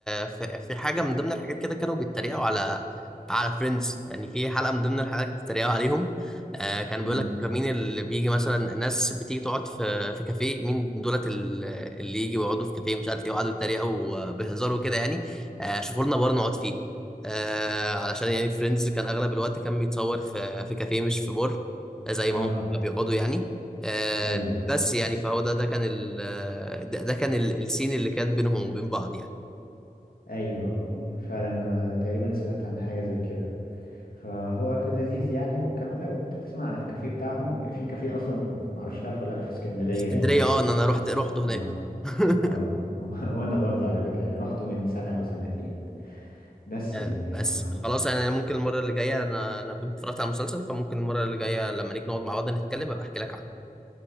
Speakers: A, in the centre; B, on the left (about 75°).
A: في في حاجه من ضمن الحاجات كده كانوا بيتريقوا على على فريندز يعني في حلقه من ضمن الحلقات كانوا بيتريقوا عليهم آه كان بيقول
B: امم
A: لك مين اللي بيجي مثلا ناس بتيجي تقعد في في كافيه مين دولت ال- اللي يجي ويقعدوا في كافيه مش عارف ايه وقعدوا يتريقوا بهزار وكده يعني آه شوفوا لنا بار نقعد فيه آه علشان يعني فريندز كان اغلب الوقت كان بيتصور في في كافيه مش في بار زي
B: اه
A: ما هم بيقعدوا يعني آه،
B: ايوه
A: بس يعني فهو ده ده كان ال ده, ده كان ال- السين اللي كان بينهم وبين بعض يعني
B: ايوه اه آه. فعلا انا تقريبا سمعت عن حاجة زي كده فهو كان لذيذ يعني وكمان لو انت تسمع عن الكافيه بتاعهم في كافيه اصلا معرفش تعرفه ولا لا في اسكندرية
A: في اسكندرية
B: يعني
A: اه ان انا رحت رحت هناك
B: اه
A: <laughs>
B: اه <laughs> وانا برضه على فكرة يعني رحته من سنة او سنتين بس
A: آه،
B: يعني فخلاص
A: بس خلاص يعني أنا ممكن المرة اللي جاية انا انا كنت اتفرجت على المسلسل فممكن المرة اللي جاية لما نيجي نقعد مع بعض نتكلم ابقى احكي لك عنه